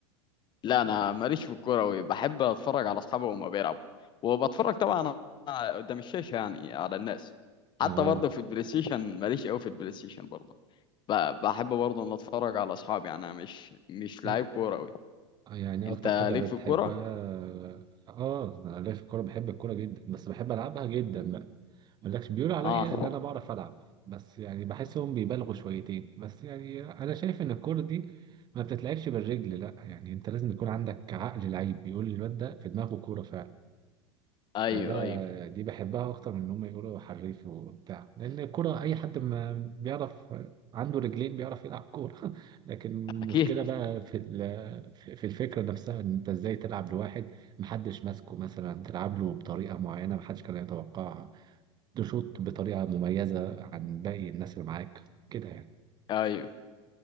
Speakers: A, on the left; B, on the right.
A: لا انا ماليش في الكوره أوي بحب اتفرج على اصحابي وهما بيلعبوا وبتفرج طبعا قدام الشاشه يعني على الناس
B: اه
A: حتى برضه في البلاي ستيشن ماليش قوي في البلاي ستيشن برضه ب- بحب برضه ان اتفرج على اصحابي يعني انا مش مش
B: إيه؟
A: لعيب كوره أوي
B: يعني
A: انت
B: اكتر حاجة
A: ليك
B: بتحبها
A: في الكوره
B: اه انا ليا في الكورة بحب الكورة جدا بس بحب العبها جدا بقى مقولكش بيقولوا عليا
A: اه
B: اللي انا بعرف العب بس يعني بحسهم بيبالغوا شويتين بس يعني انا شايف ان الكوره دي ما بتتلعبش بالرجل لا يعني انت لازم يكون عندك عقل لعيب بيقول لي الواد ده في دماغه كوره فعلا
A: ايوه
B: فده
A: ايوه
B: دي بحبها اكتر من ان هم يقولوا حريف وبتاع لان الكوره اي حد ما بيعرف عنده رجلين بيعرف يلعب كوره <laughs> لكن المشكله
A: اكيد
B: بقى في ال- في الفكره نفسها ان انت ازاي تلعب لواحد محدش ماسكه مثلا تلعب له بطريقه معينه محدش كان يتوقعها تشوط بطريقة مميزة عن باقي الناس اللي معاك كده يعني
A: ايوه